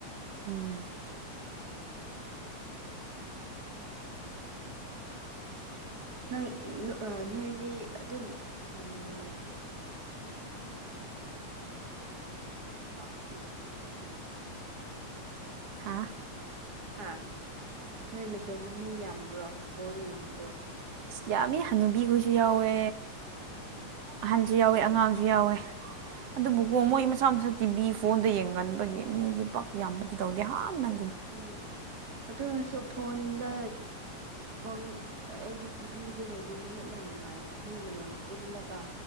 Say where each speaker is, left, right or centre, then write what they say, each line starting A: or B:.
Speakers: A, on the right; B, on the right.
A: ꯎꯝ
B: ꯅꯪ ꯑꯥ ꯅꯣꯏ ꯃꯤ ꯑꯗꯨꯝ ꯎꯝ <unintelligible>
A: ꯍꯥ
B: ꯍꯥ ꯅꯣꯏ ꯃꯁꯦꯟꯗ ꯃꯤ ꯌꯥꯝꯕ꯭ꯔꯣ ꯕꯣꯜ ꯌꯦꯡꯕꯗꯣ
A: ꯑꯁ ꯌꯥꯝꯃꯤ ꯍꯅꯨꯕꯤꯈꯣꯏꯁꯨ ꯌꯥꯎꯋꯦ ꯑꯍꯟꯁꯨ ꯌꯥꯎꯋꯦ ꯑꯉꯥꯡꯁꯨ ꯌꯥꯎꯋꯦ ꯑꯗꯨꯕꯨꯀꯣ ꯃꯣꯏ ꯃꯁꯥ ꯃꯁꯥ ꯇꯤꯚꯤ ꯐꯣꯟꯗ ꯌꯦꯡꯒꯟꯕꯒꯤ ꯃꯤꯗꯤ ꯄꯛ ꯌꯥꯝꯕꯗꯤ ꯇꯧꯗꯦ ꯍꯥꯟꯅ
B: ꯎꯝ ꯑꯗꯨ ꯑꯣꯢꯔꯁꯨ ꯐꯣꯟꯗ ꯐꯣꯟ ꯑꯩꯗꯤ ꯇꯤꯚꯤꯗꯅꯗꯤ ꯍꯦꯟꯅ ꯅꯨꯡꯉꯥꯏꯌꯦ ꯃꯤ ꯃꯌꯥꯝ ꯄꯨꯜꯂꯒ